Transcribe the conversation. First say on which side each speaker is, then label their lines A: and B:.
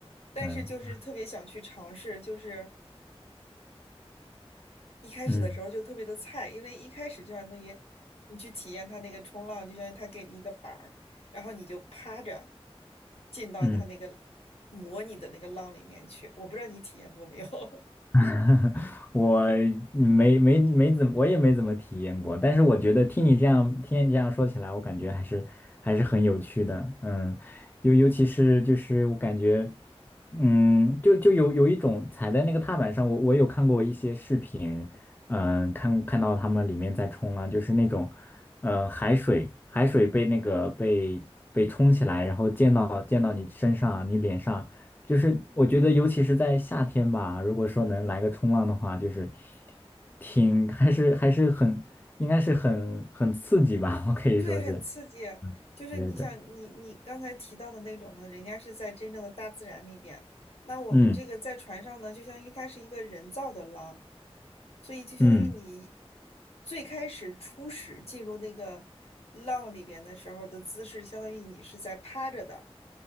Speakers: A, on the left; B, on the left.
A: 但是就是特别想去尝试，
B: 嗯嗯
A: 就是一开始的时候就特别的菜，
B: 嗯
A: 因为一开始就相当于你去体验它那个冲浪，就相当于它给你一个板儿，然后你就趴着进到它那个
B: 嗯，
A: 模拟的那个浪里面去。我不知道你体验过没有？<laughs>
B: <laughs> 我嗯没没没怎么我也没怎么体验过，但是我觉得听你这样听你这样说起来，我感觉还是还是很有趣的，嗯，尤尤其是就是我感觉，嗯，就就有有一种踩在那个踏板上，我我有看过一些视频，嗯，看看到他们里面在冲浪，就是那种，呃，海水海水被那个被被冲起来，然后溅到溅到你身上啊，你脸上。就是我觉得，尤其是在夏天吧，如果说能来个冲浪的话，就是挺还是还是很应该是很很刺激吧，<laughs> 我可以说是，
A: 对，很刺激。就是你想，
B: 对对，
A: 你你刚才提到的那种呢，人家是在真正的大自然里边，那我们这个在船上呢，
B: 嗯
A: 就相当于它是一个人造的浪，所以就相当于你
B: 嗯
A: 最开始初始进入那个浪里边的时候的姿势，相当于你是在趴着的，